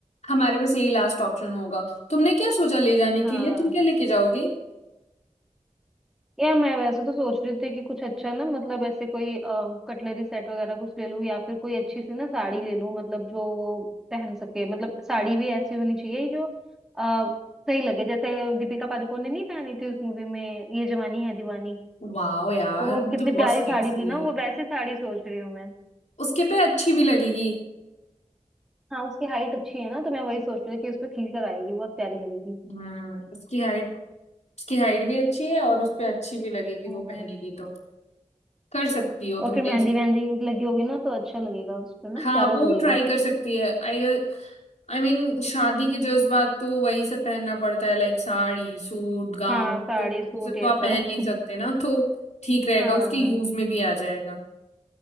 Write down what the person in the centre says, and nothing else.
हाँ
यार मैं वैसे तो सोच रही थी कि कुछ अच्छा ना मतलब ऐसे कोई कटलरी सेट वगैरह कुछ ले लूं या फिर कोई अच्छी सी ना साड़ी ले लूं मतलब जो वो पहन सके मतलब साड़ी भी ऐसी होनी चाहिए जो आ, सही लगे जैसे दीपिका पादुकोण ने नहीं पहनी थी उस मूवी में ये जवानी है दीवानी
तो वो
कितनी
प्यारी
साड़ी थी ना
वो वैसी साड़ी सोच रही हूँ मैं
हाँ उसकी हाइट अच्छी है ना तो मैं वही सोच रही थी कि उस पर खिल कर आएगी बहुत प्यारी लगेगी
हम्म
और
फिर
मेहंदी वहंदी लगी होगी ना तो अच्छा लगेगा उस पर ना
प्यारा
लगेगा
हाँ साड़ी
सूट
ये
सब
हाँ